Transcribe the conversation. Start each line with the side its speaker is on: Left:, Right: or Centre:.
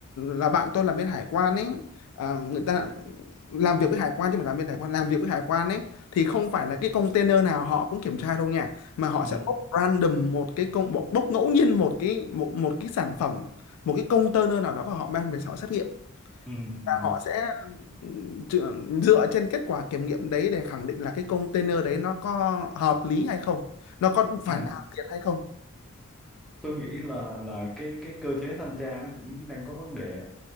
Left: là bạn tôi làm bên hải quan ấy à, người ta làm việc với hải quan chứ mà làm bên hải quan làm việc với hải quan ấy thì không phải là cái container nào họ cũng kiểm tra đâu nha mà họ
Centre: ừ,
Left: sẽ bốc random một cái công bốc, bốc ngẫu nhiên một cái một, một cái sản phẩm một cái container nào đó và họ mang về họ xét nghiệm
Centre: ừ,
Left: và
Centre: ừ,
Left: họ sẽ dựa dựa trên kết quả kiểm nghiệm đấy để khẳng định là cái container đấy nó có hợp lý hay không nó có phải
Centre: ừ.
Left: là hàng thiệt hay không
Centre: tôi nghĩ là là cái cái cơ chế thanh tra nó cũng đang có vấn đề